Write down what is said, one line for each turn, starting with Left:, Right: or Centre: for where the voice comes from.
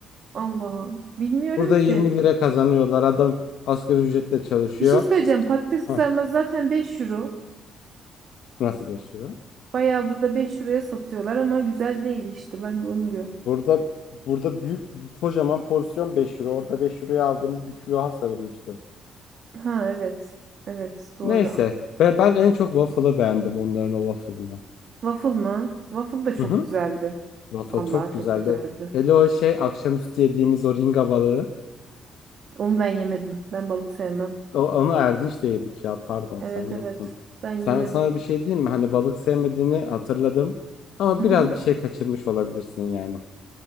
Right: Allah. Bilmiyorum
Left: Burada
Right: ki.
Left: 20 lira kazanıyorlar. Adam asgari ücretle çalışıyor.
Right: Bir şey söyleyeceğim. Patates kızarması
Left: Hah,
Right: zaten 5 euro.
Left: nasıl 5 euro?
Right: Bayağı burada 5 euroya satıyorlar ama güzel değil işte. Ben de onu diyorum.
Left: Burada burada büyük kocaman porsiyon 5 euro. Orada 5 euroya aldığımız bir külaha sarılmıştı.
Right: Ha evet. Evet doğru.
Left: Neyse. Ben, ben en çok waffle'ı beğendim onların o waffle'ını.
Right: Waffle mı? Waffle da çok
Left: Hı hı.
Right: güzeldi.
Left: Waffle
Right: Vallahi
Left: çok
Right: çok
Left: güzeldi.
Right: güzeldi.
Left: O- Hele o şey akşamüstü yediğimiz o ringa balığı.
Right: Onu ben yemedim. Ben balık sevmem.
Left: O, onu Erdinç'le yedik ya pardon
Right: Evet
Left: sen yoktun.
Right: evet. Ben yemedim.
Left: Sen, sana bir şey diyeyim mi? Hani balık sevmediğini hatırladım. Ama
Right: Hı
Left: biraz
Right: hı.
Left: bir şey kaçırmış olabilirsin yani.